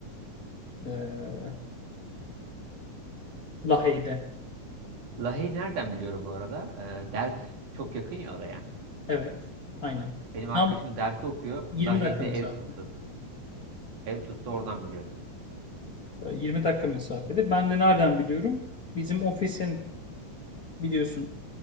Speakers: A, on the left; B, on the right.
A: Ee, Lahey'de.
B: Lahey'i nereden biliyorum bu arada? Ee, Delft çok yakın ya oraya.
A: Evet. Aynen.
B: Benim arkadaşım
A: Tam
B: Delft'te okuyor.
A: 20
B: Lahey'de
A: dakika mesafede.
B: ev tuttu. Ev tuttu oradan biliyorum.
A: Ee, 20 dakika mesafede. Ben de nereden biliyorum? Bizim ofisin biliyorsun